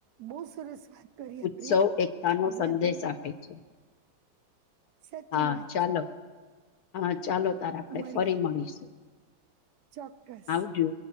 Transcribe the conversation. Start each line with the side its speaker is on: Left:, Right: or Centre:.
Right: બહુ સરસ વાત કરી
Left: ઉત્સવ
Right: આપડે
Left: એકતા નો
Right: હવે
Left: સંદેશ
Right: આપડી
Left: આપે છે
Right: સાચી
Left: હા
Right: વાત
Left: ચાલો
Right: છે.
Left: હા ચાલો તાર આપણે
Right: મળીએ
Left: ફરી મળીશું
Right: ચોક્કસ
Left: આવજો